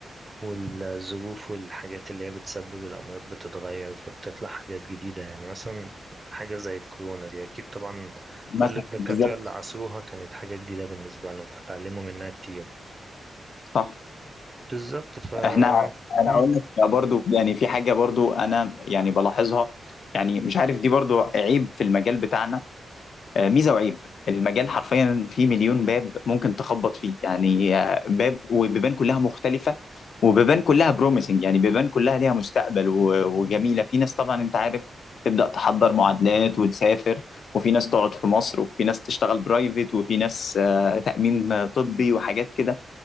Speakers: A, on the right; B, on the left.
A: والظروف والحاجات اللي هي بتسبب الأمراض بتتغير فبتطلع حاجات جديدة يعني مثلا حاجة زي الكورونا دي أكيد طبعا كل
B: مثلا
A: الدكاترة
B: بالظبط
A: اللي عصروها كانت حاجة جديدة بالنسبة لهم فتعلموا منها كتير
B: صح
A: بالظبط ف
B: احنا انا
A: مم.
B: هقول لك برضو يعني في حاجه برضو انا يعني بلاحظها يعني مش عارف دي برضو عيب في المجال بتاعنا آه، ميزه وعيب المجال حرفيا فيه مليون باب ممكن تخبط فيه يعني آه، باب وبيبان كلها مختلفه وبيبان كلها بروميسنج يعني بيبان كلها ليها مستقبل و- وجميله في ناس طبعا انت عارف تبدا تحضر معادلات وتسافر وفي ناس تقعد في مصر وفي ناس تشتغل برايفت وفي ناس آه، تامين طبي وحاجات كده